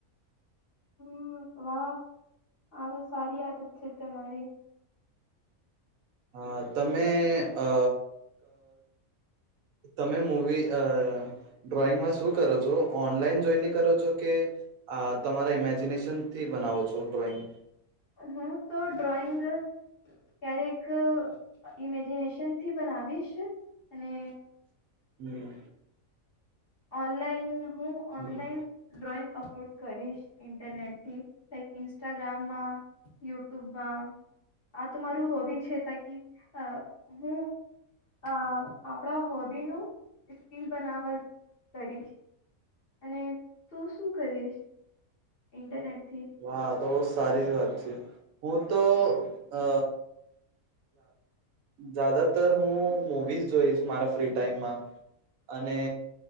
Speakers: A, on the right; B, on the left.
A: હ
B: હમ
A: <inaudible>
B: વાહ હા તો સારી આદત છે તમારી
A: અ તમે અ તમે મુવી અ ડ્રોઈંગમાં શું કરો છો ઓનલાઈન જોઈને કરો છો કે તમારા ઇમેજિનેશનથી બનાવો છો ડ્રોઈંગ
B: હું તો ડ્રોઈંગ ક્યારેક ઇમેજિનેશનથી બનાવીશ અને
A: હમ
B: ઓનલાઈન હું
A: હમ
B: ઓનલાઈન ડ્રોઈંગ અપલોડ કરીશ ઇન્ટરનેટથી લઇક ઇન્સ્ટાગ્રામમાં યુટ્યુબમાં આ તો મારું હોબી છે તકી હું આપણા હોબીનું સ્કીલ બનાવવા કરી અને તો શું કરીશ એન્ટર
A: હા તો બહ સારી વાત છે હું તો અ જદાતર હું મુવીઝ જોઈશ મારા ફ્રી ટાઈમમાં અને